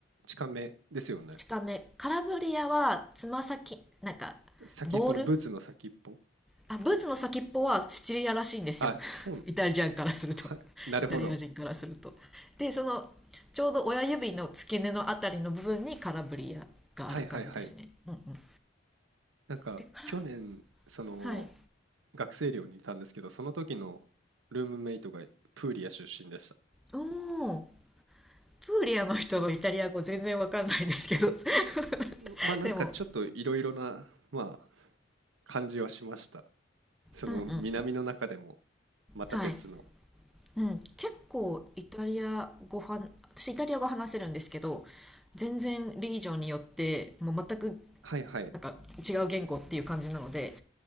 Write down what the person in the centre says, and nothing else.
近めカラブリアはつま先なんかボール
あ、ブーツの先っぽはシチリアらしいんですよ。
<laughs> イタリアンからすると。
<laughs>
イタリア人からすると。で、その、ちょうど親指の付け根のあたりの部分にカラブリアがある感じですね。
うんうん。
でから
はい。
おお、プーリアの人のイタリア語全然わかんないんですけど。<laughs>
でも、
うんうんうん。
はい。うん、結構イタリア語は、私イタリア語話せるんですけど、全然リージョンによってもう全く
なんか違う言語っていう感じなので、